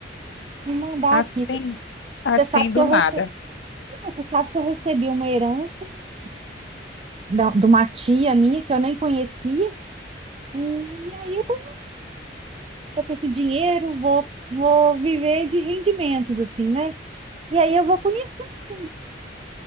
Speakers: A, on the right (about 30°); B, on the left (about 80°).
A: me mandar
B: Assim,
A: aqui.
B: assim
A: Você sabe
B: do
A: que eu
B: nada.
A: recebi, não, você sabe que eu recebi uma herança, né, da- de uma tia minha que eu nem conhecia. E aí eu tô, tô com esse dinheiro, vou, vou viver de rendimentos, assim, né? E aí eu vou conhecer. um,